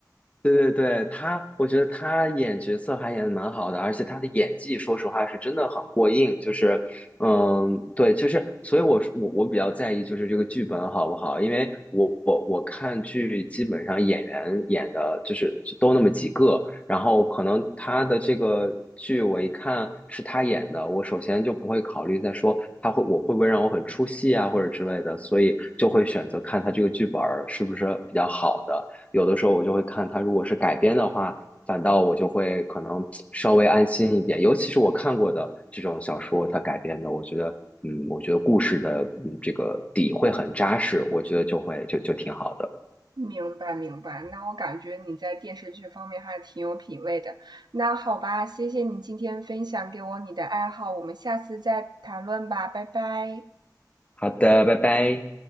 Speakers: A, on the left (about 20°); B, on the right (about 75°).
A: 对对对，他，我觉得他演角色还演的蛮好的，而且他的演技，说实话是真的很过硬。就是，嗯，对，就是，所以我我我比较在意就是这个剧本好不好，因为我我我看剧基本上演员演的就是就都那么几个，然后可能他的这个剧我一看是他演的，我首先就不会考虑再说他会我会不会让我很出戏啊或者之类的，所以就会选择看他这个剧本儿是不是比较好的。有的时候我就会看它，如果是改编的话，反倒我就会可能稍微安心一点。尤其是我看过的这种小说，它改编的，我觉得，嗯，我觉得故事的，嗯，这个底会很扎实，我觉得就会就就挺好的。
B: 明白明白，那我感觉你在电视剧方面还挺有品味的。那好吧，谢谢你今天分享给我你的爱好，我们下次再谈论吧，拜拜。
A: 好的，拜拜。